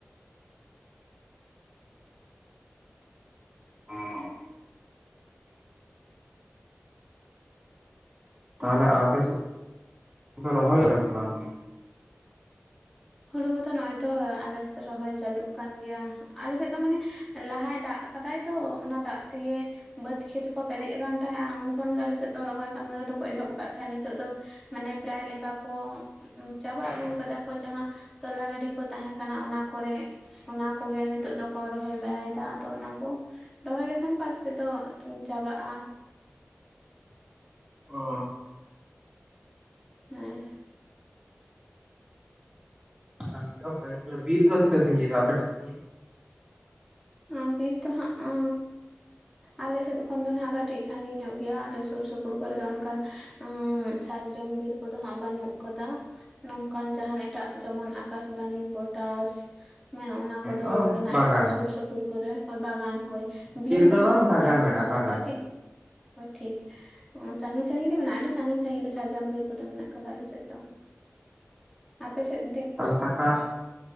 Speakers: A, on the right; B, in the centre.
A: ᱚᱸ ᱛᱟᱦᱞᱮ ᱟᱯᱮ ᱥᱮ ᱠᱚ ᱨᱚᱦᱚᱭ ᱠᱟᱫᱟ ᱥᱮ ᱵᱟᱝ?
B: ᱦᱩᱲᱩ ᱠᱚᱫᱚ ᱱᱚᱜᱚᱭ ᱛᱚ ᱟᱞᱮᱥᱮᱫ ᱫᱚ ᱨᱚᱦᱚᱭ ᱪᱟᱹᱟᱞᱩᱜ ᱠᱟᱱ ᱜᱮᱭᱟ ᱟᱞᱮᱥᱮᱫ ᱫᱚ ᱢᱟᱱᱮ ᱞᱟᱦᱟᱭ ᱫᱟᱜ ᱠᱟᱫᱟᱭ ᱛᱚ ᱚᱱᱟ ᱫᱟᱜ ᱛᱮᱜᱮ ᱵᱟᱹᱫᱽ ᱠᱷᱮᱛ ᱠᱚ ᱯᱮᱨᱮᱡ ᱟᱠᱟᱱ ᱛᱟᱦᱮᱸᱜ ᱟᱸ ᱩᱱ ᱠᱷᱚᱱ ᱜᱮ ᱟᱞᱮ ᱥᱮᱫ ᱫᱚ ᱨᱚᱦᱚᱭ ᱠᱟᱹᱢᱤ ᱦᱚᱨᱟ ᱛᱚᱠᱚ ᱮᱦᱚᱵ ᱟᱠᱟᱫ ᱛᱟᱦᱮᱸᱜ ᱱᱤᱛᱳᱜ ᱫᱚ ᱢᱟᱱᱮ ᱯᱨᱟᱭ ᱞᱮᱠᱟ ᱠᱚ ᱩᱸᱢ ᱪᱟᱵᱟ ᱟᱹᱜᱩ ᱠᱟᱫᱟ ᱠᱚ ᱡᱟᱦᱟᱸ ᱛᱚᱞᱟ ᱜᱟᱹᱰᱤ ᱠᱚ ᱛᱟᱦᱮᱸ ᱠᱟᱱᱟ ᱚᱱᱟ ᱠᱚᱨᱮᱜ ᱚᱱᱟ ᱠᱚᱜᱮ ᱱᱤᱛᱳᱜ ᱫᱚᱠᱚ ᱨᱚᱦᱚᱭ ᱵᱟᱲᱟᱭ ᱫᱟ ᱟᱫᱚ ᱚᱱᱟ ᱠᱚ ᱨᱚᱦᱚᱭ ᱞᱮᱠᱷᱟᱱ ᱯᱟᱞ ᱥᱮᱫ ᱫᱚ ᱩᱸ ᱪᱟᱵᱟᱜ-ᱟ
A: ᱚ
B: ᱦᱮᱸ
A: ᱟᱞᱮ ᱥᱮᱜ ᱦᱚᱸ ᱚᱱᱠᱟ ᱜᱮ, ᱛᱟᱞᱮ ᱵᱤᱨ ᱫᱚ ᱛᱱᱟᱹ ᱥᱟᱸᱜᱤᱧ ᱨᱮ ᱟᱯᱮᱴᱮᱱ ᱠᱷᱚᱱ ᱫᱚ?
B: ᱩᱸ ᱵᱤᱨ ᱫᱚ ᱦᱟᱸ ᱟᱹ ᱟᱞᱮ ᱥᱮᱫ ᱠᱷᱚᱱ ᱫᱚ ᱱᱦᱟᱸᱜ ᱠᱟᱹᱴᱤᱜ ᱥᱟᱺᱜᱤᱧ ᱧᱚᱜ ᱜᱮᱭᱟ ᱟᱞᱮ ᱥᱩᱨ ᱥᱩᱯᱩᱨ ᱠᱚᱨᱮ ᱫᱚ ᱚᱱᱠᱟᱱ ᱟᱸ ᱥᱟᱨᱡᱚᱢ ᱵᱤᱨ ᱠᱚᱫᱚ ᱦᱟᱸᱜ ᱵᱟᱹᱱᱩᱜ ᱠᱟᱫᱟ ᱱᱚᱝᱠᱟᱱ ᱡᱟᱦᱟᱱ ᱮᱴᱟᱜ ᱡᱮᱢᱚᱱ ᱟᱠᱟᱥᱵᱟᱱᱤ ᱯᱚᱴᱟᱥ ᱢᱮ ᱚᱱᱟ ᱠᱚᱫᱚ
A: ᱫᱚ?
B: ᱢᱮᱱᱟᱜ
A: ᱵᱟᱜᱟᱱ
B: ᱠᱟᱫᱟ ᱥᱩᱨ ᱥᱩᱯᱩᱨ ᱠᱚᱨᱮ ᱦᱚᱭ ᱵᱟᱜᱟᱱ ᱦᱳᱭ ᱵᱤᱨ ᱨᱮᱫᱚ
A: ᱫᱚ
B: ᱵᱟᱹᱱᱩᱜ
A: ᱵᱟᱝ
B: ᱠᱟᱫᱟ
A: ᱵᱟᱜᱟᱱ
B: ᱟᱞᱮ
A: ᱢᱮᱱᱟᱜᱼᱟ
B: ᱥᱩᱨ ᱥᱩᱯᱩᱨ
A: ᱵᱟᱜᱟᱱ
B: ᱫᱚ ᱠᱟᱹᱴᱤᱜ ᱦᱳᱭ ᱴᱷᱤᱠ, ᱚ ᱥᱟᱺᱜᱤᱧ ᱥᱟᱺᱜᱤᱧ ᱢᱮᱱᱟᱜ-ᱟ ᱟᱹᱰᱤ ᱥᱟᱺᱜᱤᱧ ᱥᱟᱺᱜᱤᱧ ᱨᱮ ᱥᱟᱨᱡᱚᱢ ᱵᱤᱨ ᱠᱚᱫᱚ ᱢᱮᱱᱟᱜ ᱠᱟᱫᱟ ᱟᱞᱮ ᱥᱮᱫ ᱫᱚ᱾ <inaudible> ᱟᱯᱮᱥᱮᱫ
A: ᱛᱟᱞᱮ ᱥᱟᱠᱟ